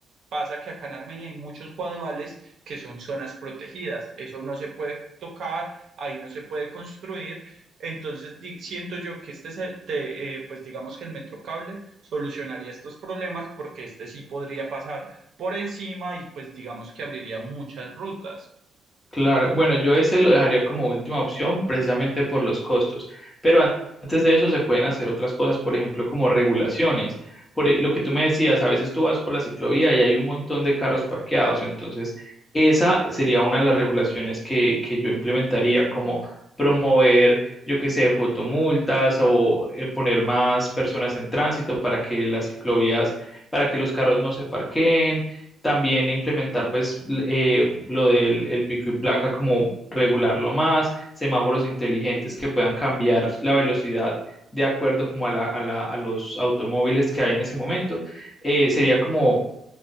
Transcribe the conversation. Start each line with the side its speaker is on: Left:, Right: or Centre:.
Right: Pasa que acá en Armenia hay muchos guaduales que son zonas protegidas. Eso no se puede tocar, ahí no se puede construir. Entonces di- siento yo que este es el, te- eh, pues digamos que el metrocable solucionaría estos problemas porque este sí podría pasar por encima y pues digamos que abriría muchas rutas.
Left: Claro, bueno, yo ese lo dejaría como última opción precisamente por los costos, pero an- antes de eso se pueden hacer otras cosas, por ejemplo, como regulaciones. Por e- lo que tú me decías, a veces tú vas por la ciclovía y hay un montón de carros parqueados, entonces esa sería una de las regulaciones que, que yo implementaría, como promover, yo qué sé, fotomultas o eh, poner más personas en tránsito para que las ciclovías, para que los carros no se parqueen también implementar pues l- eh, lo del el pico y placa como regularlo más, semáforos inteligentes que puedan cambiar la velocidad de acuerdo como a la, a la- a los automóviles que hay en ese momento. Eh, sería como,